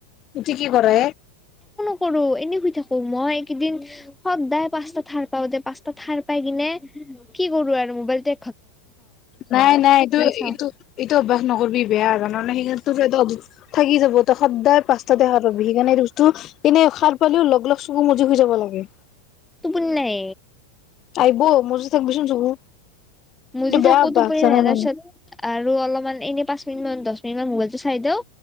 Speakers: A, on the left; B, in the centre.
A: উঠি কি কৰে।
B: একো নকৰোঁ এনেই শুই থাকোঁ মই এই কেইদিন সদায় পাঁচটা সাৰ পাওঁ দে পাঁচটা সাৰ পাই কিনে। কি কৰোঁ আৰু মোবাইলতে।
A: নাই নাই এইটোয়
B: চাওঁ
A: ইটো এইটো অভ্য়াস নকৰিবি বেয়া আৰু। মানে সেই থাকি যাব সদায় পাঁচাতে সাৰ হ সেইকাৰণে এই কৈছোঁ এনেই সাৰ পালেও লগ লগ চকু মুদি হৈ যাব লাগে।
B: টোপনি নাই।
A: আহিব মজি থাকিবিচোন চকু।
B: মুজি
A: এইটো বেয়া
B: থাকোঁ
A: অভ্যাস
B: টোপনি
A: জানানে
B: নাই তাৰ পিছত। আৰু অলপমান এনে পাঁচ মিনিট মান দহ মিনিটা মান মোবাইলটো চাই দিওঁ।